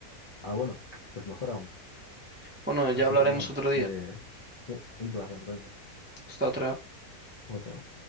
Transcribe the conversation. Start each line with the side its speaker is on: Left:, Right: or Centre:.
Left: ah, bueno, pues mejor aún.
Right: Bueno, ya
Left: Así
Right: hablaremos
Left: que nada,
Right: otro día.
Left: eh, sí, un placer, venga.
Right: Hasta otra.
Left: Chao, chao.